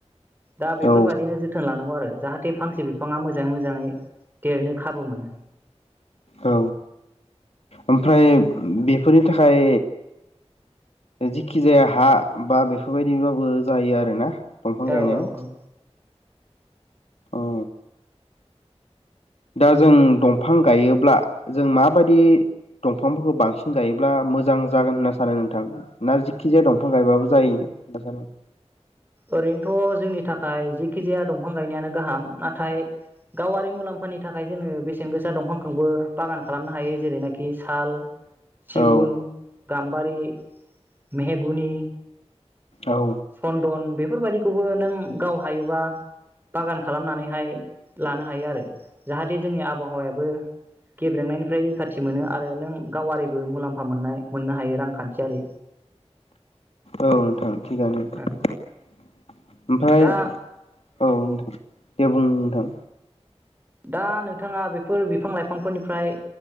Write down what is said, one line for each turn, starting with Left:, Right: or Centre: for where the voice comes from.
Right: दा बेफोरबायदिनो
Left: औ
Right: जोथोन लाना आरो जाहाथे फांसे बिफाङा मोजाङै मोजाङै देरनो खाबु मोनो।
Left: औ ओमफ्राय। बेफोरनि थाखाय जिखि जाया हा बा बेफोरबायदिबाबो जायो आरोना। दंफां
Right: औ
Left: गायनायाव
Right: औ औ औ
Left: अ दा जों दंफां गायोब्ला जों माबायदि दंफांफोरखौ बांसिन गायोब्ला मोजां जागोन होनना सानो नोंथां ना जिखिजाया दंफां गायबाबो जायो होनना सानो
Right: ओरैनोथ जोंनि थाखाय जिखिजाया दंफां गायनायानो गाहाम नाथाय गावारि मुलाम्फानि थाखाय जोङो बेसे सेन गोसा दंफांखौबो बागान खालामनो हायो जेरैनाखि साल सिगुन
Left: औ
Right: गाम्बारि, मेहेगुनि
Left: औ
Right: सनदन बे फोरबायाददिखौबो नों गाव हायोबा बागान खालामनानैहाय लानो हायो आरो जाहाथे जोंनि आबहावायाबो गेब्रेंनायनिफ्राय रैखाथि मोनो आरो नों गावारिबो मुलाम्फा मोननाय मोननो हायो रांखान्थियारि।
Left: औ नोंथां। थिगानो ओमफ्राय
Right: औ दा
Left: औ नोंथां। दे बुं नोंथां।
Right: दा नोंथाङा बेफोर बिफां लाइफांफोरनिफ्राय